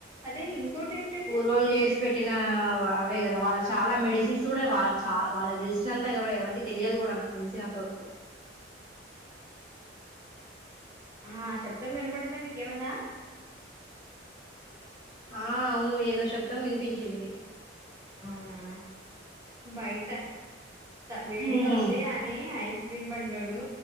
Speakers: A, on the right (about 15°); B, on the left (about 25°).
A: అదే ఇంకోటి ఏంటంటే
B: పూర్వం చేసి
A: మే
B: పెట్టిన అవే కదా వాళ్ళకి చాలా మెడిసిన్స్ కూడా వాళ్ళ చాల వాళ్ళకి తెలిసినంత ఎవ ఎవరికి తెలియదు కూడా నాకు తెలి తంతరపు
A: ఆ శబ్దం వినపడిందా మీకేమన్నా
B: ఆ అవును ఏదో శబ్దం వినిపించింది
A: అవునా బయటా వేడిగా
B: ఊహు
A: ఉంది అని ఐ క్రీమ్ పంండడు